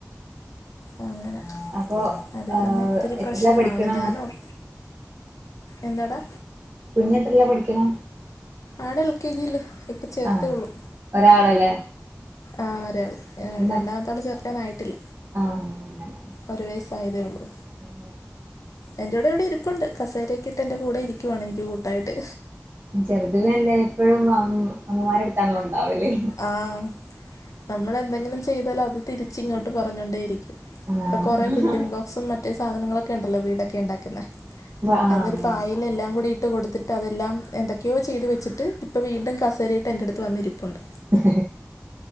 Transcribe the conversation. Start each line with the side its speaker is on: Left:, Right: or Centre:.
Left: ആഹ് അങ്ങനെ
Right: അപ്പൊ
Left: അത്
Right: ആഹ്
Left: കാരണം ഇത്തിരി
Right: എത്രയിലാ
Left: പ്രശ്നമാണ്
Right: പഠിക്കണ
Left: ഞാൻ ഓർ എന്താടാ
Right: കുഞ്ഞത്രല്ല പഠിക്കിന്നേ
Left: ആടെ എൽ കെ ജില് ഇപ്പം ചേർത്തേ
Right: ആഹ്
Left: ഒള്ളു
Right: ഒരാളല്ലേ?
Left: ആഹ് ഒരാള്
Right: മറ്റ്
Left: രണ്ടാമത്തൊളെ ചേർക്കാനായിട്ടില്ല
Right: ആഹ്. അങ്ങനെ
Left: ഒരു വയസ്സ് ആയതേ ഉള്ളൂ
Right: അങ്ങനെ
Left: എന്റെ കൂടെ ഇവിടെ ഇരിപ്പുണ്ട് കസേരയക്കെ ഇട്ട് എന്റെ കൂടെ ഇരി <unintelligible> എനിക്ക് കൂട്ടായിട്ട്
Right: ചെറുതുനല്ലേ എപ്പഴും അമ്മമരട്താണല്ലോ ഉണ്ടാവല്
Left: ആഹ് നമ്മള് എന്തെങ്കിലും ചെയ്താല് അത് തിരിച് ഇങ്ങോട്ട് പറഞ്ഞൊണ്ടേ ഇരിക്കും
Right: ആഹ്
Left: ഇപ്പൊ കൊറെേ ബിൽഡിംഗ് ബ്ലോക്സും മറ്റേ സാധനങ്ങളൊക്കെ ഉണ്ടല്ലോ വീടൊക്കെ ഉണ്ടാക്ന്ന
Right: ആഹ്
Left: അതൊ പായിലെല്ലാം കുടി ഇട്ട് കൊടുത്തിട്ട് അതെല്ലാം എന്തൊക്കെയോ ചെയ്ത് വെച്ചിട്ട് ഇപ്പൊ വീണ്ടും കസേരയിട്ട് എ്ന്റട് ത്ത് വന്നിരിപ്പുണ്ട്
Right: <inaudible>